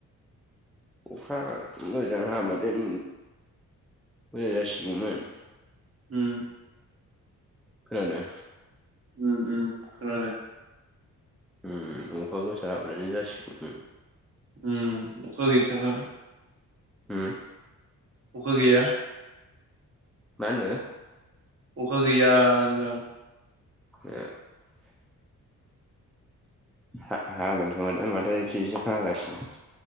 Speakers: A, in the centre; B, on the right (about 40°).
A: अखा मोजां हाबादेन मोजां जासिगौमोन।
B: उम।
A: खोनादो।
B: ओम ओम खोनादों।
A: उम अखा गोसा हाबानो जासिगौमोन।
B: उम अखा गैथारा ना।
A: उम
B: अखा गैया।
A: मा होनदो?
B: अखा गैया होनदो आं।
A: <unintelligible> हा-हागोन खोमादां माथो एसे एसे हागासिनो।